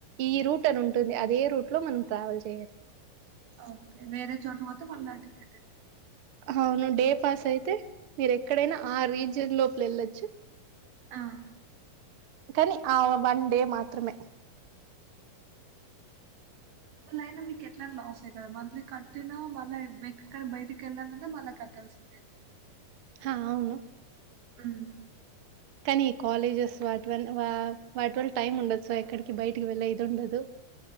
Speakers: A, on the right; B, on the right.
A: ఈ రూట్ అని ఉంటుంది అదే రూట్ లో మనం ట్రావెల్ చేయాలి
B: ఆ ఓకే వేరే చోటు పోతే మళ్ళ టికెట్టు
A: అవును డే పాస్ అయితే మీరు ఎక్కడైనా ఆ రీజియన్ లోపల వెళ్లొచ్చు
B: ఆ
A: కానీ ఆ వన్ డే మాత్రమే
B: అయినా మీకు ఎట్లా లాస్ ఎ కదా మంత్లీ కట్టినా మళ్ళ ఎక్కడ బయటకెళ్ళాలన్నా మళ్ళ కట్ ట్టాల్సిందే
A: హా అవును
B: ఉమ్
A: కానీ ఈ కాలేజెస్ వాటి వ వా వాటి వల్ల టైం ఉండదు సో ఎక్కడికి బయటికి వెళ్ళ ఇది ఉండదు